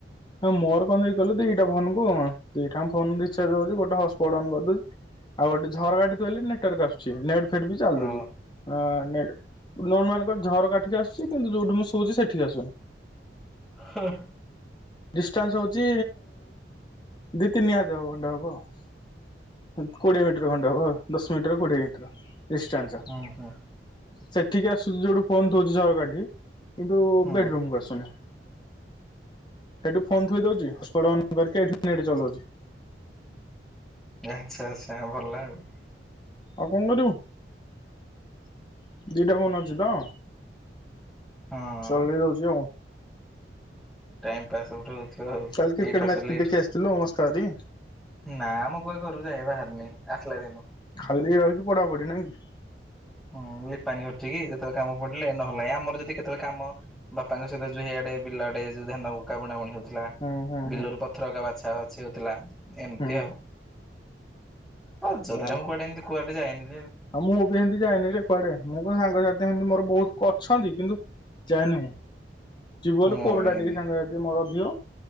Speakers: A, on the left; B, in the centre.
A: ହଁ ମୋର କଣ ଦେଇ କଲୁ ଦିଟା ଫୋନ କ ଦିଟା ଫୋ ରିଚାର୍ଜ ହଉଛି ଗୋଟେ ହପଟ କରିଦଉଛି ଆଉ ଗୋଟେ ଝରକା ଉପରେ ନେଟ ଆସୁଛି। ଫେର ବି ଚାଲୁଛି
B: ହଁ
A: ଆ <unintelligible> ମାନଙ୍କର ଝର କାଠିକି ଆସୁଛି କିନ୍ତୁ ଯୋଉଠି ମୁଁ ଶୋଉଛି ସେଠିକି ଆସୁନି।
B: ହୁଁ ।
A: ଡିଷ୍ଟାନ୍ସ ହଉଛି ଦି ତିନି ହାତ ହବ ଖଣ୍ଡା ହବ। <inaudible> କୋଡିଏ ମିଟର ଖଣ୍ଡା ହବ ଦଶ ମିଟର କୋଡିଏ ମିଟର। ଡିଷ୍ଟାଞ୍ଚ।
B: ହୁଁ ହୁଁ
A: <inaudible> ସେଠିକି ଆସୁଛି ଯୋଉଠୁ ଫୋନ ଥୋଉଛିି ଝରକାଠି। କିନ୍ତୁ
B: ହୁଁ
A: ବେଡ ରୁମକୁ ଆସୁନି। ସେଇଠୁ ଫୋନ ଥୋଇ ଦଉଛି ହସପଟ ଅନ କରିକି ଏଠି ନେଟ ଚଲାଉଛି। <inaudible>
B: ଆଚ୍ଛା ଆଚ୍ଛା ଭଲ ଆଉ ।
A: ଆଉ କଣ କରିବୁ <inaudible> ଦିଟା ଫୋନ ଅଛି ତ।
B: ହଁ।
A: <unintelligible> <unintelligible>
B: ଟାଇମ ପାସ ହଉଥିବ ଆଉ
A: କାଲି କ୍ରିକେଟ
B: ଏଇିଟା
A: ମ୍ୟାଚ
B: ସରିଲେ ଏ
A: ଦେଖି ଆସିଥିଲୁ ମସ୍କାରି
B: <inaudible> ନାମ କୁଆଡେ ଘରୁ ଯାଏ ବାହାରନି। ଆସଲା ଦିନ।
A: ଖାଲି ରହିକି ପଢା ପଢି ନାଇଁ କି?
B: ହୁଁ ଲିପାନୀ ହର୍ଚିକ କି ଯେତେବେଳେ କାମ ପଡିଲେ ନହଲା ଆମର ଯଦି କେତେବେଳେ କାମ ବାପାଙ୍କହିତ ଯଉଆଡେ ବିଲ ଆଡେ ଯୋଉ ଧାନାବୁଣା ବୁଣି ହଉ
A: ହୁଁ ହୁଁ
B: ବିଲରୁ
A: ହୁଁ
B: ପଥର ଅଗା ବାଛ। ଆଛ ଅଛି ହେଉଥିଲା। ଏମତି
A: ହୁଁ
B: ଆଉ। ହଉୋଧଥା
A: ହଁ
B: କୁଆଡେମିତି କୁଡ ଯାଇଏନି।
A: ଆଉ ମୁଁ ବି ଏମିତି ଯାଏନି। କୁଆଡେ ମୁଁ କ ସାଙ୍ଗସାଥିମିତି ମୋର ବହୁତ ଅଛନ୍ତି। କିନ୍ତୁ ଯାଏନି ମୁ ଯିବୁ ବୋଲି
B: ମୁଁ
A: କୋରଟା
B: ବି ହେମତି।
A: ଟିକେ ସାଙ୍ଗ ମୋର ଦିଅ